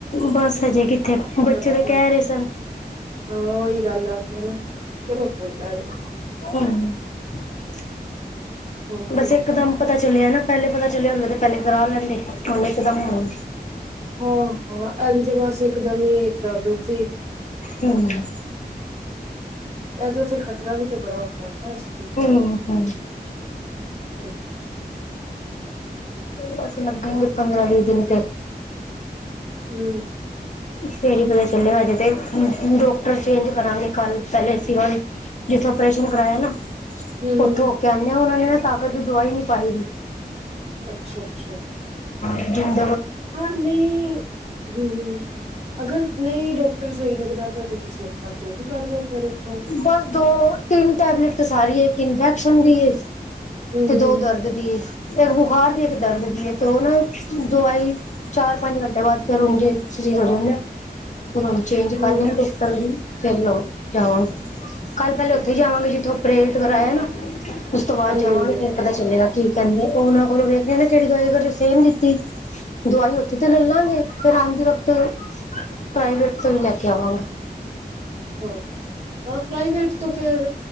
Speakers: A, on the left; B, on the right.
A: ਬਸ ਹਜੇ ਕਿੱਥੇ ਬੱਚੇ
B: ਬਾਕੀ
A: ਤੇ ਕਹਿ ਰਹੇ ਸਨ
B: ਹਾਂ ਉਹੀ ਗੱਲ ਆ ਹੈ ਨਾ ਚਲੋ ਕੋਈ ਗੱਲ ਨੀ।
A: <inaudible>
B: ਹੋਰ ਸੁਣਾਓ।
A: ਬਸ ਇੱਕ ਦਮ ਪਤਾ ਚੱਲਿਆ ਨਾ। ਪਹਿਲੇ ਪਤਾ ਚੱਲਿਆ ਹੁੰਦਾ ਤੇ ਪਹਿਲੇ ਕਰਾ ਲੈਂਦੇ ਹੁਣ ਇੱਕਦਮ ਹੋ।
B: ਹਾਂ-ਹਾਂ ਹਾਂਜੀ ਬਸ ਇੱਕਦਮ ਹੀ ਦਰਦ ਉ <inaudible>
A: ਹੂੰ,
B: ਇਹਦਾ ਫਿਰ ਖ਼ਤਰਾ ਵੀ ਤਾਂ ਬੜਾ ਆਉਂਦਾ ਹੈ ਨਾ ਇਸ ਚੀਜ਼
A: ਹੂੰ,
B: ਦਾ
A: ਹੂੰ।
B: ਹਾਂ
A: ਬਸ ਲੱਗਣਗੇ ਪੰਦਰਾਂ ਵੀ ਦਿਨ ਤੇ
B: ਹੰਮ
A: ਫਰ ਪਤਾ ਚੱਲੇਗਾਜੇ ਤੇ ਡਾਕਟਰ ਚੇਂਜ ਕਰਾਂਗੇ ਕੱਲ ਪਹਿਲੇ ਜਿਥੋਂ ਓਰੇਸ਼ਨ ਕਰਾਇਆ ਨਾ
B: ਹੂੰ ਹੂੰ
A: ਉੱਥੋਂ ਹੋ ਕੇ ਆਣੇ ਹਾਂ ਉਹਨਾਂ ਨੇ ਨਾ। ਤਾਕਤ ਦੀ ਦਵਾਈ ਨਹੀਂ ਪਾਈ ਦੀ।
B: ਅੱਛਾ ਅੱਛਾ।
A: ਐਥੋਂ।
B: ਹਾਂ ਨਹੀਂ ਹੂੰ ਹੂੰ। ਅਗਰ ਨਹੀਂ ਡਾਕਟਰ ਸਹੀ ਲੱਗਦਾ। ਫੇਰ ਤੇ ਤੁਸੀ ਆਪਣਾ ਚੇਜ ਕਰ ਲਓ। ਫਿਰ ਉੱਥੋਂ
A: ਬੱਸ ਦੋ। ਤਿੰਨ ਟੈਬਲੇਟ ਸਾਰੀ ਹੈ ਇੱਕ ਇੰਫੈਕਸ਼ਨ ਦੀ।
B: ਹੂੰ
A: ਤੇ
B: ਹੂੰ
A: ਦੋ ਦਰਦ ਦੀ ਏ। ਫੇਰ ਇੱਕ ਬੁਖਾਰ ਦੀ ਇੱਕ ਦਰਦ ਦੀ ਹੈ ਤੇ ਉਹ ਨਾ ਦਵਾਈ ਚਾਰ ਪੰਜ ਘੰਟੇ ਬਾਅਦ ਫਿਰ ਉਹ ਸਰੀਰ ਹੋ ਜਾਂਦਾ ਹੈ। ਫੇਰ ਹੁਣ ਚੇਂਜ ਕਰ
B: ਹੂੰ
A: ਗਿਆ ਡਾਕਟਰ ਵੀ। ਫੇਰ ਨਾ ਉਹ। ਕਿਉਂ। ਕੱਲ ਪਹਿਲੇ ਉੱਥੇ
B: ਅੱਛਾ
A: ਜਾਵਾਂਗੇ ਜਿੱਥੋਂ। ਅਪ੍ਰੇਟ ਕਰਾਇਆ ਨਾ। ਉਸ ਤੋਂ ਬਾਅਦ
B: ਹਾਂਜੀ
A: ਜਾਵਾਂਗੇ
B: ਹਾਂਜੀ ਹਾਂਜੀ
A: ਫੇਰ ਪਤਾ ਚੱਲੇਗਾ ਕੀ। ਕਹਿੰਦੇ ਉਹਨਾਂ ਕੋਲੋਂ ਵੇਖਣੇ ਕਿਹੜੀ ਦਵਾਈ ਉਹਨਾਂ ਚੋਂ ਸੇਮ ਦਿੱਤੀ। ਦਵਾਈ ਉੱਥੋਂ ਤੇ ਲੈਲਾਂਗੇ। ਫਿਰ ਆਉਂਦੀ ਵਕਤ ਪ੍ਰਾਈਵੇਟ ਤੋਂ ਹੀ ਲੈ ਕੇ ਆਵਾਂਗਾ।
B: ਹਾਂ ਹਾਂ ਪ੍ਰਾਈਵੇਟ ਤੋਂ ਫੇਰ